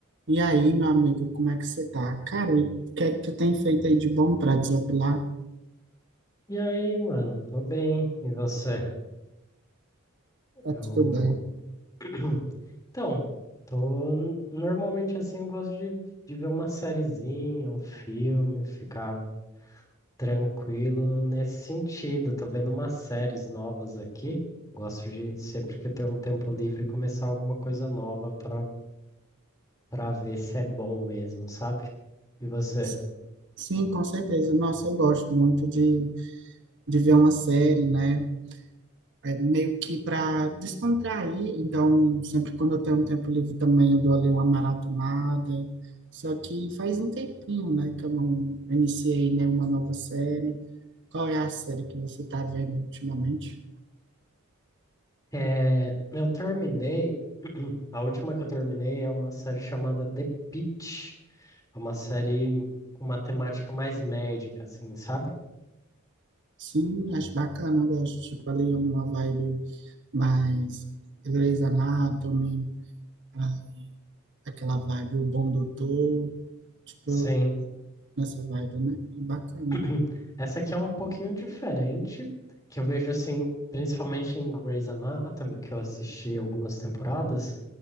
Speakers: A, on the right; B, on the left.
A: E aí, meu amigo, como é que você tá? Cara, e o que é que tu tem feito aí de bom pra desapilar?
B: E aí, mano, tô bem. E você?
A: Tá
B: Eu.
A: tudo bem.
B: <clears throat> Então, tô. Normalmente assim, eu gosto de, de ver uma sériezinha, um filme, ficar tranquilo nesse sentido. Tô vendo umas séries novas aqui. Gosto de, sempre que eu tenho um tempo livre, começar alguma coisa nova pra, pra ver se é bom mesmo, sabe? E você?
A: S- Sim, com certeza. Nossa, eu gosto muito de, de ver uma série, né? É meio que pra descontrair. Então, sempre quando eu tenho um tempo livre também, eu dou ali uma maratonada. Só que faz um tempinho, né, que eu não iniciei nenhuma nova série. Qual é a série que você tá vendo ultimamente?
B: É, eu terminei. <clears throat> A última que eu terminei é uma série chamada The Pitt. É uma série com uma temática mais médica, assim, sabe?
A: Sim, acho bacana, eu gosto. Tipo, ali uma vibe. Mas Grey's Anatomy, a- aquela vibe, o Bom Doutor, tipo,
B: Sim.
A: nessa vibe, né? É bacana.
B: <clears throat> Essa aqui é um pouquinho diferente, que eu vejo assim, principalmente em Grey's Anatomy, que eu assisti algumas temporadas,